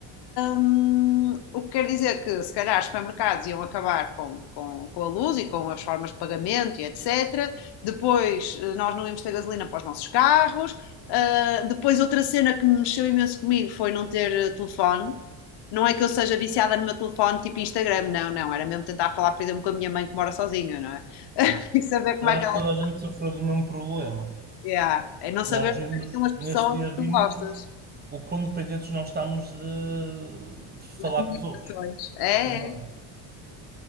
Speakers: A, on the left (about 65°); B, on the right (about 20°).
A: Hum, o que quer dizer que se calhar os supermercados iam acabar com, com, com a luz e com as formas de pagamento e etc. Depois eh, nós não íamos ter gasolina para os nossos carros. Ah, depois outra cena que mexeu imenso comigo foi não ter eh, telefone não é que eu seja viciada no meu telefone tipo Instagram, não, não, era mesmo tentar falar, por exemplo, com a minha mãe que mora sozinha, não é? <laughs>
B: Mas
A: E saber como
B: eu
A: é
B: acho
A: que ela
B: que toda
A: é.
B: a gente sofreu do mesmo problema.
A: yeah. é. não saber
B: Nós
A: que
B: vimos,
A: são as pessoas
B: nesse dia
A: que
B: vimos
A: tu gostas,
B: O quão dependentes nós estamos de, de falar
A: as comunicações.
B: com os outros,
A: É,
B: de chamar.
A: é,